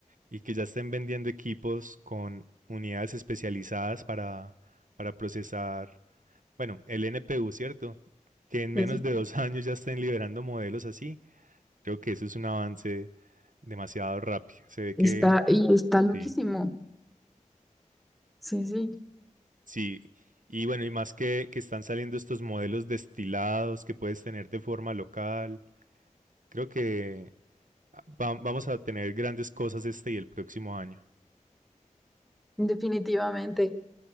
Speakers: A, on the right; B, in the centre.
A: y que ya estén vendiendo equipos con unidades especializadas para, para procesar bueno, el NPU, ¿cierto? Que en menos
B: Sí, sí.
A: de dos <laughs> años ya estén liberando modelos así. Creo que eso es un avance demasiado rápido. Se ve
B: Está,
A: que
B: y está loquísimo.
A: sí,
B: Sí, sí,
A: sí. Y bueno, y más que, que están saliendo estos modelos destilados que puedes tener de forma local. Creo que va- vamos a tener grandes cosas este y el próximo año.
B: definitivamente.